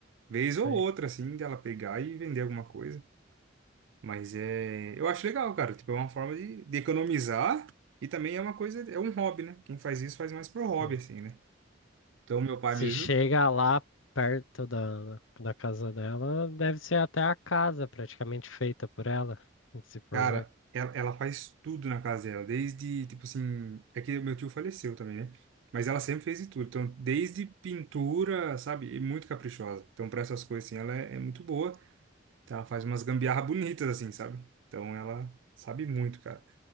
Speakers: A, on the right; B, on the left.
A: Vez ou
B: Sim.
A: outra, assim, dela pegar e vender alguma coisa. Mas é. Eu acho legal, cara. Tipo, é uma forma de, de economizar e também é uma coisa, é um hobby, né? Quem faz isso faz mais pro
B: Sim.
A: hobby, assim, né? Então, meu pai
B: Se
A: mesmo
B: chega lá perto da, da casa dela, deve ser até a casa praticamente feita por ela, se for
A: Cara,
B: ver.
A: ela, ela faz tudo na casa dela, desde, tipo assim, é que meu tio faleceu também, né? Mas ela sempre fez de tudo, então, desde pintura, sabe? E muito caprichosa. Então, para essas coisas, assim, ela é, é muito boa. Então, ela faz umas gambiarra bonitas, assim, sabe? Então, ela sabe muito, cara.